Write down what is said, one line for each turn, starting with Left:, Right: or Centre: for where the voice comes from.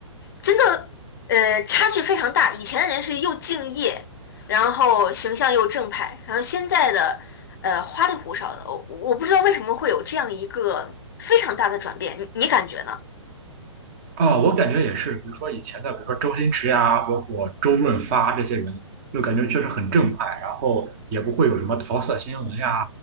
Left: 真的，呃，差距非常大。以前的人是又敬业，然后形象又正派，然后现在的，呃，花里胡哨的。我我不知道为什么会有这样一个非常大的转变，你你感觉呢？
Right: 啊、我感觉也是，比如说以前的，比如说周星驰呀，包括周润发这些人，就感觉确实很正派，然后也不会有什么桃色新闻呀，